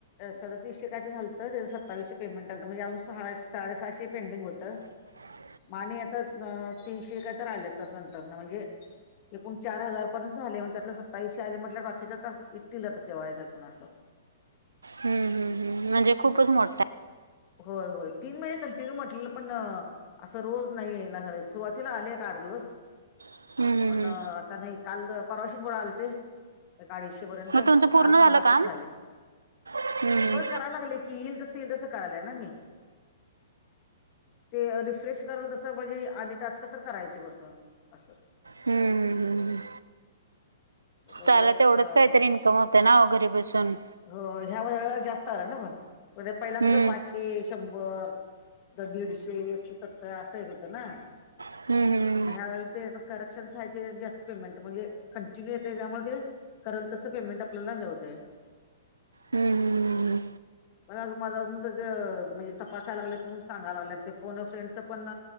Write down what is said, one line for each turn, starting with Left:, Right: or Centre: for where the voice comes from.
Left: सदत्तीशे काय तर झालत त्या सत्तावीसशे पेमेंट आलंत म्हणजे अजून सहा साडेसातशे पेंडिंग होतं
Right: ह <inaudible>
Left: मा आणि आता अ तीनशे काय तर आलेत त्या नंतर ना म्हणजे एकूण चार हजार पर्यंत झाले. मग त्यातलं सत्तावीसशे आले म्हट बाकीच आता, येथील आता केव्हा येतात कुणास्टोक.
Right: हम्म-हम्-हम्म म्हणजे खूपच मोठा
Left: होय होय तीन महिने कंटिन्यू आपलं पण असं रोज नाहीय ना सुरुवातीला आले एक आठ दिवस
Right: आहे हम्म हम्म
Left: पण आता
Right: हम्म
Left: नाही काल परवाशी थोडा आलते. एक अडीचशे पर्यंत
Right: मग तुमचं पूर्ण
Left: काल
Right: झालं
Left: पन्नासच
Right: काम
Left: झाले
Right: हम्म
Left: होय करायला लागले. येईल तसं ते तसं करलया ना मी ते रिफ्रेश कल तसं म्हणजे आधी टास्क तर करायचे बसून असं.
Right: हम्म हम्म हम्म हम्म
Left: बघूया
Right: चाल
Left: आता
Right: तेवढंच काहीतरी इन्कम होतं ना घरी बसून.
Left: हो ह्या वजला जास्त आला ना पण म्हण पहिला कसं
Right: हम्म
Left: पाचशे शंभर तर दीडशे एकशे सत्तर असं एक होतं ना.
Right: हम्म हम्म
Left: म्हणजे ते करक्शनय जास्त पेमेंट म्हणजे तिकडून येतय त्यामुळं ते कराल तसं पेमेंट आपल्याला हे होतयं
Right: हम्म हम्म हम्म
Left: मला अजून माझं अजून म्हणजे तपासायला लागलेत म्हणून सांगाल लागल्यात ते फोन फ्रेंडच पण